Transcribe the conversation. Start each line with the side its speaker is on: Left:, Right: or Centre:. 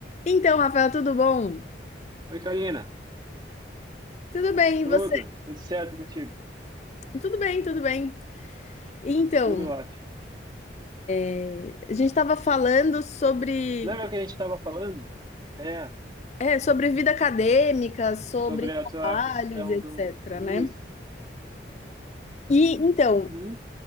Left: Então, Rafael, tudo bom?
Right: Oi, Karina.
Left: Tudo bem, e
Right: Tudo?
Left: você?
Right: Tudo certo contigo?
Left: Tudo bem, tudo bem. Então,
Right: Tudo ótimo.
Left: eh, a gente estava falando sobre,
Right: Lembra que a gente estava falando? É,
Left: é, sobre vida acadêmica, sobre
Right: sobre a tua
Left: trabalhos,
Right: questão
Left: etc,
Right: do... Isso.
Left: né? E então,
Right: Uhum,